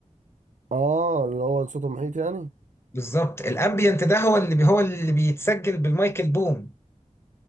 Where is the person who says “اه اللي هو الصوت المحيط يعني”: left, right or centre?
Right